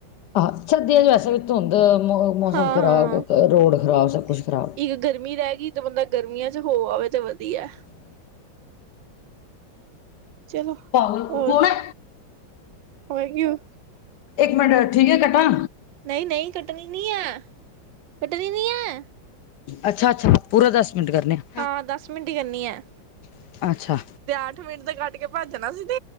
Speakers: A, on the left (about 70°); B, on the right (about 75°).
A: ਆਹੋ ਸਰਦੀਆਂ 'ਚ ਵੈਸੇ ਵੀ ਧੁੰਦ ਮੌਸਮ
B: ਹਾਂ
A: ਖਰਾਬ
B: ਹਾਂ
A: ਰੋਡ ਖਰਾਬ
B: ਇੱਕ
A: ਸਭ ਕੁਛ ਖਰਾਬ
B: ਗਰਮੀ ਰਹਿ ਗਈ ਜ ਬੰਦਾ ਗਰਮੀਆਂ ਚ ਹੋ ਆਵੇ ਤਾਂ ਵਧੀਆ ਚਲੋ
A: ਪਾਗਲ
B: ਹੋਰ
A: ਕੌਣ ਹੈ
B: ਹੋ ਗ
A: ਇੱਕ ਮਿੰਟ ਠੀਕ ਹੈ ਕੱਟਾ
B: ਨਹੀਂ ਨਹੀਂ ਕੱਟਣੀ ਨਹੀਂ ਹੈ ਕੱਟਣੀ ਨਹੀਂ ਹੈ
A: ਅੱਛਾ ਅੱਛਾ ਪੂਰਾ ਦਸ ਮਿੰਟ ਕਰਨੇ ਆ
B: ਹਾਂ ਦਸ ਮਿੰਟ ਕਰਨੀ ਹੈ
A: ਆ ਅੱਛਾ
B: ਅੱਠ ਮਿੰਟ ਤੇ ਕੱਟ ਕੇ ਭੱਜਣਾ ਸੀ ਤੇ